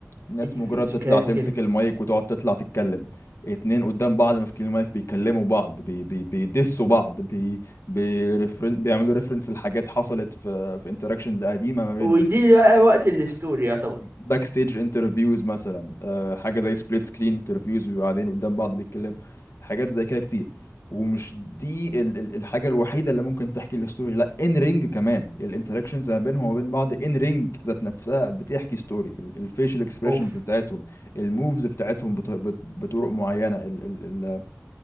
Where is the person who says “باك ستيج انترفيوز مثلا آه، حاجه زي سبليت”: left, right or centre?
Left